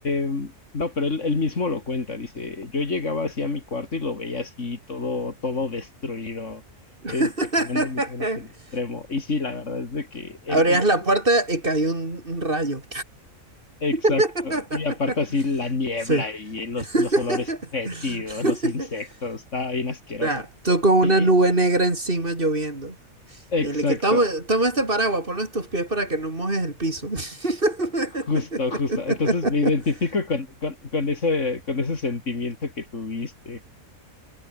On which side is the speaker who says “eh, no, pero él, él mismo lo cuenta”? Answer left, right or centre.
Left